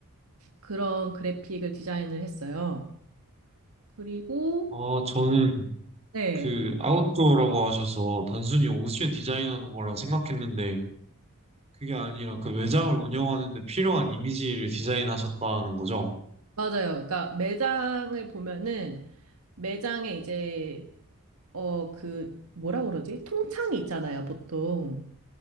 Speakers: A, on the right (about 70°); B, on the right (about 30°).
A: 그런 그래픽을 디자인을 했어요. 그리고,
B: 어, 저는
A: 네,
B: 그 아웃도어라고 하셔서 단순히 옷을 디자인하는 거라 생각했는데, 그게 아니라 그 매장을 운영하는 데 필요한 이미지를 디자인하셨다는 거죠?
A: 맞아요. 그러니까 매장을 보면은 매장에 이제, 어, 그, 뭐라 그러지? 통창이 있잖아요, 보통.